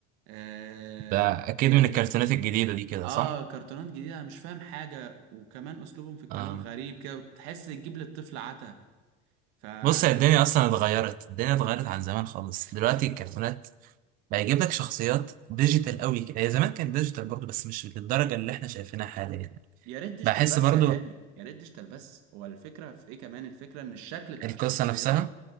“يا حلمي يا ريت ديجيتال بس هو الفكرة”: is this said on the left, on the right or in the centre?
Right